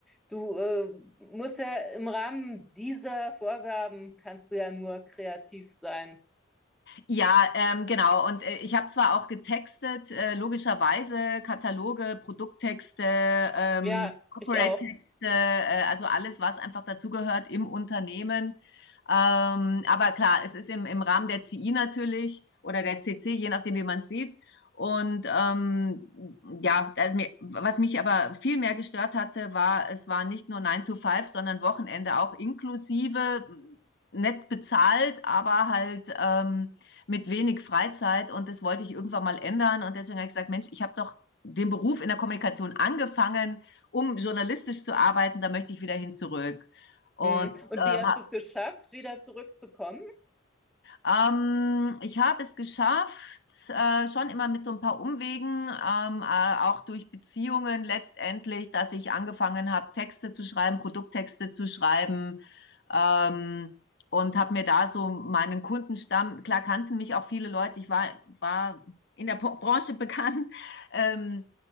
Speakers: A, in the centre; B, on the left.
A: Du äh, musst ja im Rahmen dieser Vorgaben kannst du ja nur kreativ sein.
B: Ja, ähm, genau. Und äh, ich habe zwar auch getextet, äh, logischerweise Kataloge, Produkttexte, ähm,
A: Ja,
B: Corporate-Texte,
A: ich auch.
B: äh, also alles, was einfach dazugehört im Unternehmen. Ähm, aber klar, es ist im, im Rahmen der CI natürlich oder der CC, je nachdem, wie man es sieht. Und ähm, ja, also mir, was mich aber viel mehr gestört hatte, war, es war nicht nur 9 to 5, sondern Wochenende auch inklusive, nett bezahlt, aber halt ähm, mit wenig Freizeit und das wollte ich irgendwann mal ändern. Und deswegen habe ich gesagt, Mensch, ich habe doch den Beruf in der Kommunikation angefangen, um journalistisch zu arbeiten, da möchte ich wieder hin zurück. Und
A: Hm. Und
B: äh,
A: wie hast du es geschafft, wieder zurückzukommen?
B: ähm, ich habe es geschafft, äh, schon immer mit so ein paar Umwegen, ähm, äh, auch durch Beziehungen letztendlich, dass ich angefangen habe, Texte zu schreiben, Produkttexte zu schreiben. Ähm, und habe mir da so meinen Kundenstamm, klar kannten mich auch viele Leute, ich war, war in der Po- Branche bekannt. Ähm,